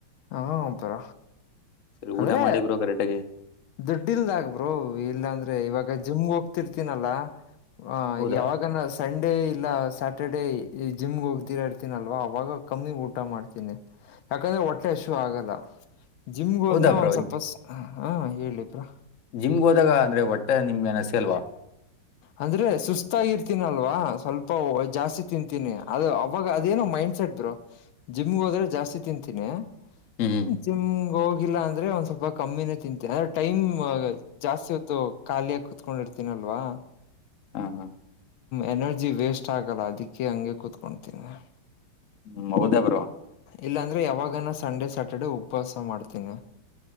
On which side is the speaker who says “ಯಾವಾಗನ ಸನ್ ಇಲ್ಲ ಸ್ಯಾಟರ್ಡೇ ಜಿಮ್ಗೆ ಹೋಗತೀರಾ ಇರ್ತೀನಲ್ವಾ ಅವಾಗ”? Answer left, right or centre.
Left